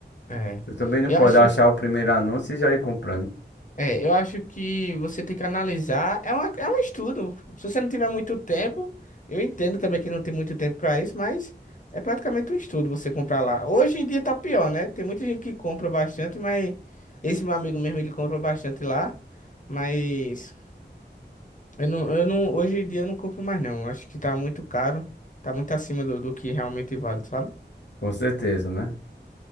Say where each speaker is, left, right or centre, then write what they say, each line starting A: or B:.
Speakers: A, on the left (about 45°); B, on the left (about 75°).
A: É.
B: Você também não
A: Eu
B: pode
A: acho,
B: achar o primeiro anúncio e já ir comprando.
A: é, eu acho que você tem que analisar. É, uma, é um estudo. Se você não tiver muito tempo, eu entendo também que não tem muito tempo pra isso, mas é praticamente um estudo você comprar lá. Hoje em dia tá pior, né? Tem muita gente que compra bastante, mas esse meu amigo mesmo, ele compra bastante lá. Mas Eu não, eu não, hoje em dia eu não compro mais não. Acho que tá muito caro. Tá muito acima do, do que realmente vale, sabe?
B: Com certeza, né?